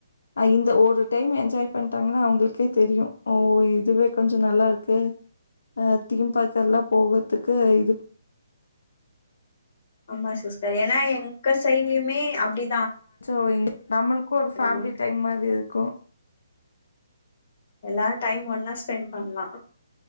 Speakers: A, on the left; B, on the left.
A: ஆ இந்த ஒரு டைம் என்ஜாய் பண்ட்டாங்கன்னா அவங்களுக்கே தெரியு ஓ இதுவே கொஞ்ச நல்லாருக்கே அ தீம் பார்க்கு எல்லா போகற்துக்கு இது
B: ஆமா சிஸ்டர் ஏன்னா எங்க சைட்லயுமே அப்டி
A: சோ நம்ளுக்கு ஒரு ஃபேமிலி
B: மாட்டோ
A: டைம் மாதிரி இருக்கு
B: எல்லாரும் டைம் ஒன்னா ஸ்பெண்ட் பண்லா